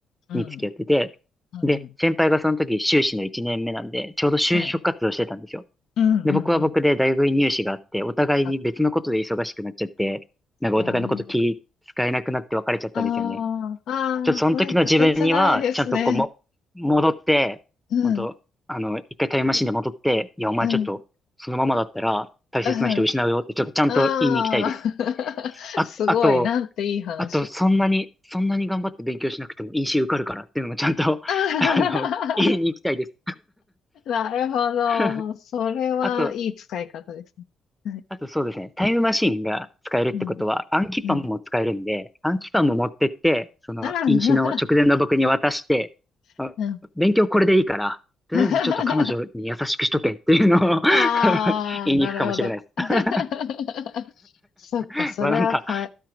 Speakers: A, on the left; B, in the centre.
A: うん。
B: に付き合ってて、
A: うんうん。
B: で、先輩がその時修士の1年目なんで、ちょうど就職活動してたんですよ。
A: はい。うんうんうん。
B: で、僕は僕で大学院入試があって、お互いに別のことで忙しくなっちゃって、
A: あ、
B: なんかお互いのこと気使えなくなって別れちゃったんですよね。
A: ねああ、ああ、
B: ちょっとその時の自分には、
A: なんか切ないですね。
B: ちゃんとこうも、戻って、
A: うん、
B: 本当あの、一回タイムマシンで戻って、いや、お前ちょっと、
A: うん、<laughs> うん。
B: そのままだったら、大切な人失うよって、
A: あ
B: ちょっとちゃんと言いに行きたいです。
A: あ、<laughs>
B: あ、
A: すごい、
B: あと、
A: なんていい話。
B: あと、そんなに、そんなに頑張って勉強しなくても EC 受かるからっていうのもちゃんと、
A: あ
B: <laughs> あの、言いに行きたいです。
A: ー <laughs> なるほど。
B: <laughs>
A: それはいい使い方ですね。
B: あと、
A: はい。
B: あとそうですね、タイムマシンが使えるってことは、
A: うん、
B: 暗記パンも使えるんで、
A: うん。
B: 暗記パンも持ってって、その、
A: ああ、
B: 飲酒の直前の僕に渡して、
A: <laughs>
B: あ勉強これでいいから、
A: <laughs>
B: とりあえずちょっと彼女に優しくしとけっていうのを
A: あ
B: <laughs>
A: あ、
B: 言いに行くかもしれないです。
A: なるほど。<laughs> そっか、
B: <laughs>
A: それはか、
B: わなんか、